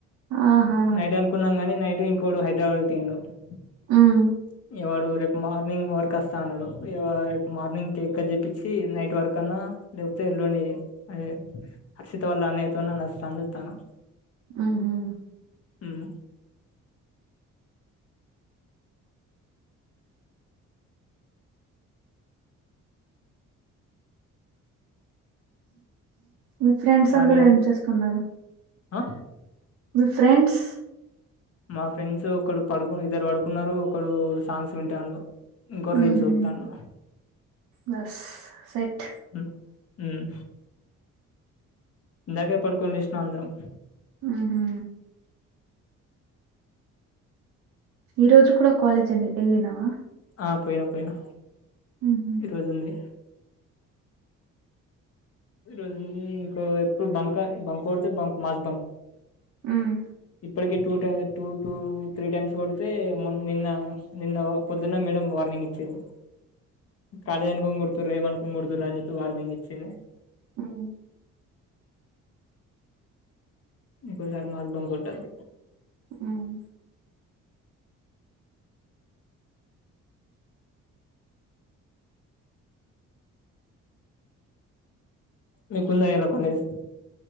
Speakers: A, on the right; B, on the left.
A: ఆహా
B: నైట్ అనుకున్నాం గాని నైట్ ఇంకోడు హైదరాబాద్ <unintelligible>
A: ఉమ్
B: ఇవాడు రేపు మార్నింగ్ వర్క్ వస్తా అన్నాడు రేపు మార్నింగ్ కేక్క చెప్పించి నైట్ వర్క్ అన్నా లేకపోతే ఎల్లుండి అదే హర్షితో వల్ అన్నయ్యతో <unintelligible>
A: ఉహు
B: హ్మ్
A: మీ ఫ్రెండ్స్
B: ఖాళీయా
A: అందరు ఏం చేస్తున్నారు
B: ఆ
A: మీ ఫ్రెండ్స్
B: మా ఫ్రెండ్స్ ఒకడు పడుకు ఇద్దరు పడుకున్నారు ఒకడు సాంగ్స్ వింటాండు ఇంకోర్ రీల్స్
A: ఉహు
B: చూతండు
A: బస్ సెట్
B: మ్మ్ హ్మ్ ఇందాకే పడుకొని లేచినా అందరం.
A: ఆహా ఈ రోజు కూడ కాలేజ్ ఉని ఏళ్ళిన్నావా
B: ఆ పోయినా పోయినా
A: ఉహు
B: ఈ రోజు ఉంది ఈ రోజుంది ఇంకో ఎప్పు బంకా బంక్ కొడితే బంక్ మాస్ బంక్
A: హ్మ్
B: ఇప్పటికి two time two to three times పడితే మొన్ నిన్న నిన్న పొద్దున్న మేడం వార్నింగ్ ఇచ్చింది. కాలేజ్ అనుకోని కొడుతూర్ ఏమనుకోనిడుతురు అని చెప్పి వార్నింగ్ ఇచ్చింది.
A: మ్మ్
B: ఇంకోసారి మాక్ బంగ్ కొట్టద్
A: మ్మ్
B: మీకుందా ఎలా కాలేజ్